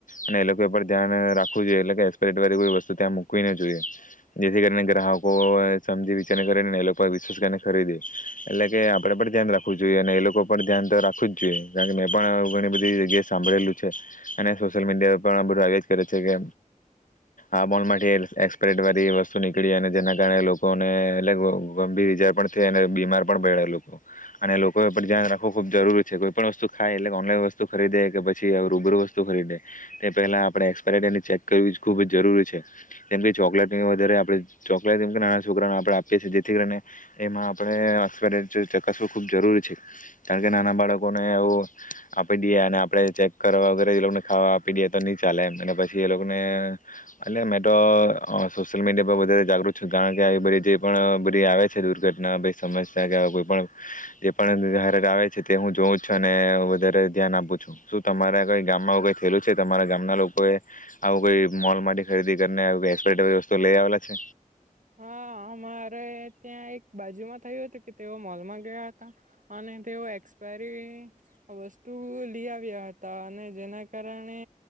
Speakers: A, on the left; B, on the right.
A: અને એ લોકો ઉપર ધ્યાન રાખવું જોઈએ. એટલે કે એકસપાઈરી ડેટ વારી કોઈ વસ્તુ ત્યાં મુ હોવી ના જોઈએ જેથી કરીને ગ્રાહક લોકો સમજી વિચારને કરે એ લોકો વિશ્વાસ કરીને ખરીદે. એટલે કે આપડે પણ ધ્યાન રાખવું જોઈએ અને એ લોકો પર ધ્યાન તો રાખવું જ જોઈએ કારણ કે મેં પણ ઘણી બધી જગ્યાએ સાંભળેલું છે અને સોશિયલ મીડિયા પણ આ બધા એ જ કરે છે કે આ બોલમાંથી એક્સપરેડ વાળી વસ્તુ નીકળી અને જેના કારણે લોકોને એટ ગંભીર ઈજા પણ થઈ અને બીમાર પણ પડેલો લોકો અને લોકો પર ધ્યાન રાખવું ખૂબ જરૂરી છે કોઈ પણ વસ્તુ ખાય એટલે ઓનલાઈન વસ્તુ ખરીદે કે પછી રૂબરૂ વસ્તુ ખરીદે તે પહેલા આપડે એક્સપાયરી ડેટની ચેક કરવી ખુબ જ જરૂરી છે કેમકે ચોકલેટની વધારે આપણે ચોકલેટ મકે નાના છોકરાને આપડે આપીએ છીએ જેથી કરીને એમાં આ એક્સપાયરી ડેટ ચકાસવું ખુબ જરૂરી છે. કારણ કે નાના બાળકોને આવું આપી દઈએ અને આપડે ચેક કરવા વગર ખાવા આપી દઈએ તો નહી ચાલે એમ અને પછી એ લોકોને અને મેં તો સોશિયલ મીડિયા પર વધારે જાગૃત છું. કારણ કે આવી બધી જે પણ બધી આવે છે દુર્ઘટના સમસ્યા કે કોઈ પણ જે પણહે આવે છે તે હું જોઉં જ છું અને વધારે ધ્યાન આપું છું શું તમારા કઈ ગામમાં કઈ થેલું છે તમારા ગામના લોકો એ આવું કોઈ મોલ ખરીદી કરીને એક એકસપાઇરી ડેટ વારી વસ્તુ લઈ આવેલા છે
B: હા અમારે ત્યાં એક બાજુમાં થયું હતું કે તેઓ મોલમાં ગયા હતા અને તેઓ એક્સપાયરી વસ્તુ લઈ આવ્યા હતા અને જેના કારણે